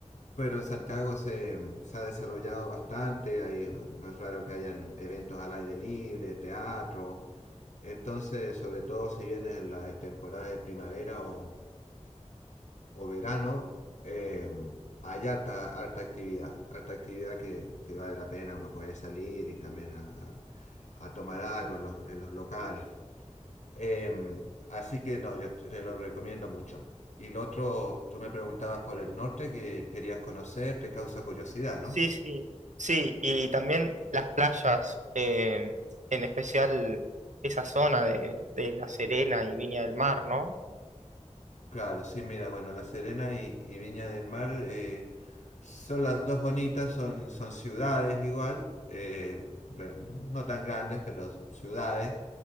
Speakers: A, on the left; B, on the right.
A: pero en Santiago se, se ha desarrollado bastante, ahí no es raro que hayan eventos al aire libre, teatro, entonces, sobre todo si viene la temporada de primavera o, o verano, eh, hay harta, harta actividad, harta actividad que, que, vale la pena, uno puede salir y también a, a, a tomar algo en los, en los locales. Em, así que no, yo te lo recomiendo mucho. Y lo otro, tú me preguntabas por el norte que querías conocer, te causa curiosidad, ¿no?
B: Sí, sí. Sí, y también las playas, eh, en especial esa zona de, de La Serena y Viña del Mar, ¿no?
A: Claro, sí, mira, bueno, La Serena y, y Viña del Mar eh, son las dos bonitas, son, son ciudades igual, eh, re- no tan grandes, pero son ciudades